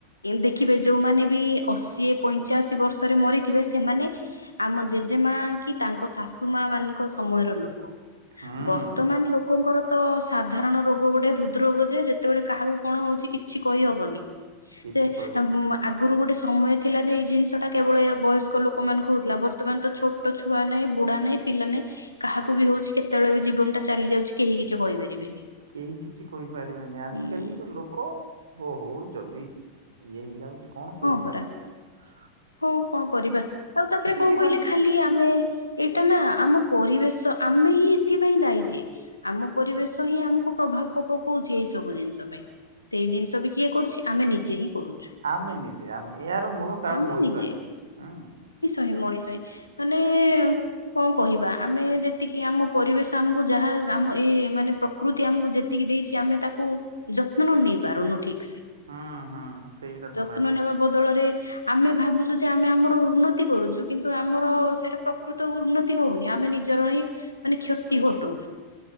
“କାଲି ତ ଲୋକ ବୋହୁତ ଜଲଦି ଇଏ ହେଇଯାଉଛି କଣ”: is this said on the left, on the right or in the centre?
Right